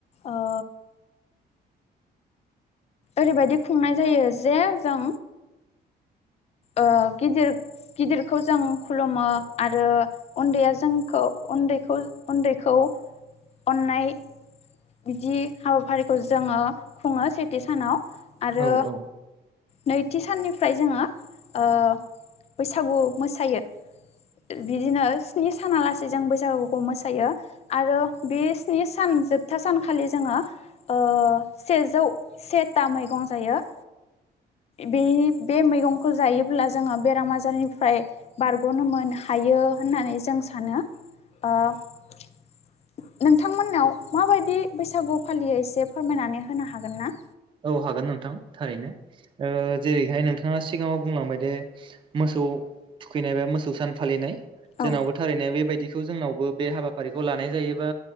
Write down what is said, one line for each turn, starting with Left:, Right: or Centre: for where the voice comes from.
Left: ओ ओरैबायदि खुंनाय जायो जे जों ओ गिदिर गिदिरखौ जों खुलुमो आरो उन्दैया जोंखौ उन्दै उन्दैखौ अननाय। बिदि हाबाफारिखौ जोङो खुङो सेथि सानाव। आरो
Right: औ औ।
Left: नैथि साननिफ्राय जोङो ओ बैसागु मोसायो। बिदिनो स्नि सानालासे जों बैसागुखौ मोसायो आरो बे स्नि सान जोबथा सानखालि जोङो। ओ सेजौ सेथा मैगं जायो। बेनि बे मैगंखौ जायोब्ला जोङो बेराम आजारनिफ्राय बारग'नो मोन हायो। यो होननानै जों सानो ओ नोंथांमोननाव माबायदि बैसागु फालियोै एसे फोरमायनानै होनो हागोन ना?
Right: औ हागोन नोंथां थारैनो ओ जेरैहाय नोंथाङा सिगाङाव बुंलांबाय दे मोसौ थुखैनाय बा मोसौ सान फालिनाय। जोंनावबो
Left: औ
Right: थारैनो बेबायदिखौ जोंनावबो बे हाबाफारिखौ लानाय जायोबा